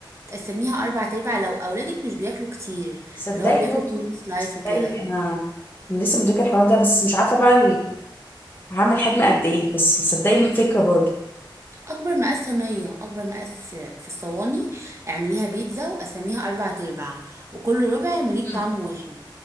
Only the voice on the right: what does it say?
تقسميها أربع أرباع لو أولادك مش بياكلوا كتير
اللي هو بياكلوا
اتنين سلايس
وكده
اكبر مقاس صينيه اكبر مقاس في الصواني اعمليها بيتزا وقسميها اربع ارباع وكل ربع اعمليه
بطعم واحد